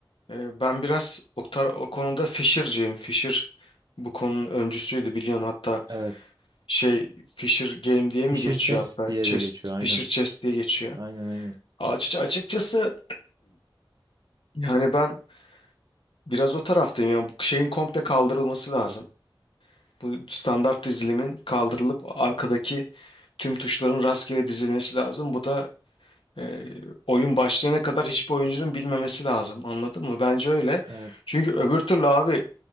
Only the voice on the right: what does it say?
Evet.
Fischer
Chess
diye
de geçiyor aynen.
Aynen aynen.
Evet.